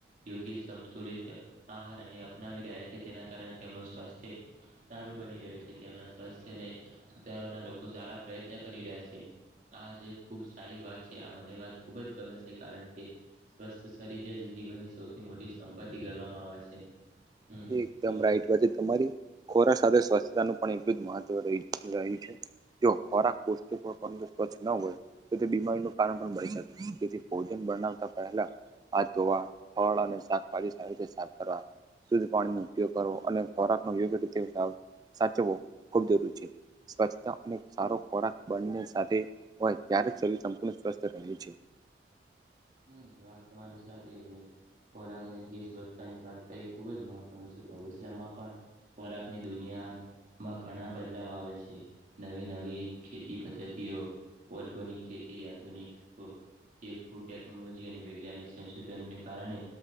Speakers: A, on the right; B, on the right.
A: યોગ્ય સંતુલિત આહાર અને અપનાવી રહ્યા છે તેના કારણે તેમનું સ્વાસ્થ્ય સારું બની રહ્યું છે તેમના સ્વાસ્થ્યને સુધારવાના લોકો સારા પ્રયત્ન કરી રહ્યા છે આ જે ખૂબ સારી વાત છે આ મને વાત ખુબ જ ગમે છે કારણ કે સ્વસ્થ શરીર જ જીવનની સૌથી મોટી સંપત્તિ ગણવામાં આવે છે હમ
B: એકદમ
A: કહો
B: રાઈટ વાસે તમારી ખોરા સાથે સ્વસ્થતાનું પણ એટલું જ મહત્વ રહ્યું છે જો ખોરાક કોષત પર પંદ સ્ચ્છ ના હોય તો તે બીમારીનું કારણ પણ બની શકે તેથી ભોજન બનાવતા પહેલા હાથ ધોવા ફળ અને શાકભાજી સારી રીતે સાફ કરવા શુદ્ધ પાણીનો ઉપયોગ કરવો અને ખોરાકનો યોગ્ય રીતે સાચવો ખૂબ જરૂરી છે સ્વચ્છતા અને સારો ખોરાક બળને સાથે હોય ત્યારે જ શરીર સંપૂર્ણ સ્વસ્થ રહે છે
A: હમ વાત તમારી સાથે છે ખોરાક અને ગીસ બત્તા ની વાત કરી ખુબજ મહત્વનું છે ભવિષ્યમાં પણ ખોરાક ની દુનિયા માં ઘણા બદલાવ આવે છે નવી નવી ખેતી પદ્ધતિઓ ઓર્ગનિક ખેતી આધુનિક જે ફૂ ટેકનોલોજી અને વૈજ્ઞાનિક સંશોધનને કારણે